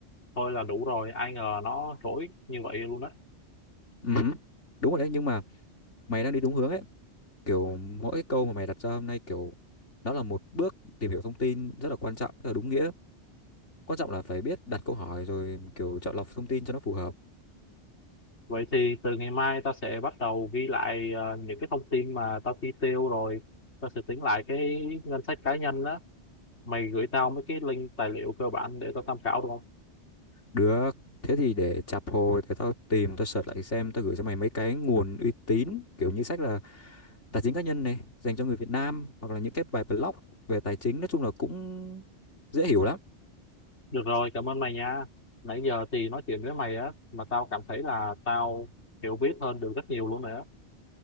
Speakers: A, on the left (about 70°); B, on the left (about 85°).
A: thôi là đủ rồi ai ngờ nó rối như vậy luôn á
B: Ừ, đúng rồi đấy nhưng mà mày đang đi đúng hướng ấy kiểu mỗi cái câu mà mày đặt ra hôm nay kiểu nó là một bước tìm hiểu thông tin rất là quan trọng rất là đúng nghĩa quan trọng là phải biết đặt câu hỏi rồi kiểu chọn lọc thông tin cho nó phù hợp
A: vậy thì từ ngày mai tao sẽ bắt đầu ghi lại ờ, những cái thông tin mà tao chi tiêu rồi tao sẽ tính lại cái ngân sách cá nhân đó mày gửi tao mấy cái link tài liệu cơ bản để tao tham khảo được không
B: Được, thế thì để chạp hồi thì tao tìm, tao search lại xem, tao gửi cho mày mấy cái nguồn uy tín kiểu như sách là tài chính cá nhân này dành cho người Việt Nam hoặc là những cái bài blog về tài chính nói chung là cũng dễ hiểu lắm.
A: được rồi cảm ơn mày nha nãy giờ thì nói chuyện với mày á mà tao cảm thấy là tao hiểu biết hơn được rất nhiều luôn nè